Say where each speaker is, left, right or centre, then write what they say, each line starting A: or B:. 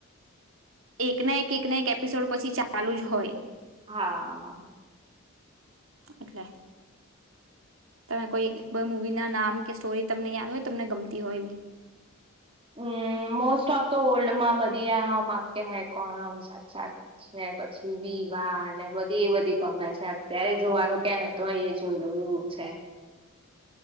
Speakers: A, on the right (about 65°); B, on the right (about 25°).
A: એક ના એક એક ના એક એપિસોડ પછી ચાલુ જ હોય.
B: હા
A: એટલે તમે કોઈ એક એક મુવી ના નામ કે સ્ટોરી તમને યાદ હોય તમને ગમતી હોય એવી
B: હમ મોસ્ટ ઓફ તો ઓલ્ડ માં બધા દીયા હમ આપકે હે કોણ આમ સાત સાત ને પછી વિ વા ને બધી એ બધી વાછાત અત્યારે જોવાનું કેને તો હોય એ જોઈ લઉ એવું છે.